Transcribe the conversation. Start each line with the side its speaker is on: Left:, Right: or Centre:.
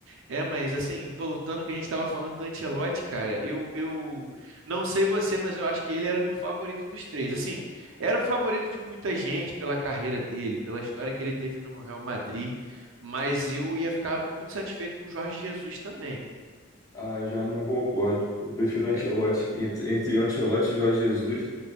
Right: É, mas assim, voltando ao que a gente estava falando do Ancelotti, cara, eu, eu não sei você, mas eu acho que ele era meu favorito dos três. Assim, era o favorito de muita gente pela carreira dele, pela história que ele teve no Real Madrid, mas eu ia ficar muito satisfeito com o Jorge Jesus também.
Left: Ah, eu já não concordo. Eu prefiro Ancelotti.
Right: É,
Left: Entre, entre Ancelotti e Jorge Jesus,